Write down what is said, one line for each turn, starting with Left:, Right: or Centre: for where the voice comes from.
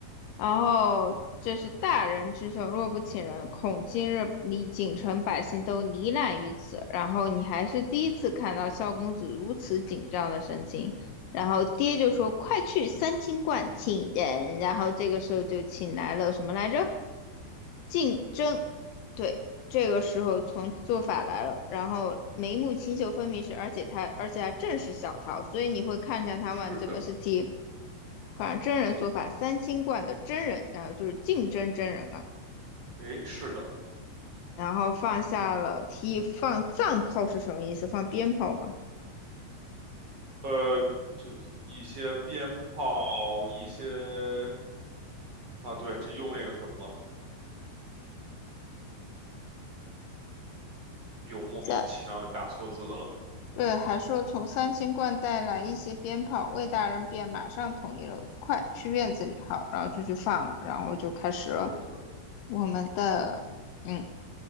Left: 然后这是大人之手，若不请人，恐今日里锦城百姓都罹难于此。然后你还是第一次看到萧公子如此紧张的神情。然后爹就说：“快去三清观请人。”然后这个时候就请来了什么来着？竞争，对，这个时候从做法来了，然后眉目清秀分明是，而且他而且还正是小桃，所以你会看见他们怎么是反
Right: 是的，
Left: 款真人说法三清观的真人，然后就是竞争真人嘛，
Right: 诶，是的，
Left: 然后放下了提议放藏炮是什么意思？放鞭炮吧。
Right: 呃，就一些鞭炮，一些。啊，对，这又那个什么了，又莫名其妙的打错字了。
Left: 在对，还说从三清观带来一些鞭炮，魏大人便马上同意了，快去院子里好，然后就去放了，然后就开始了
Right: 是的，
Left: 我们的嗯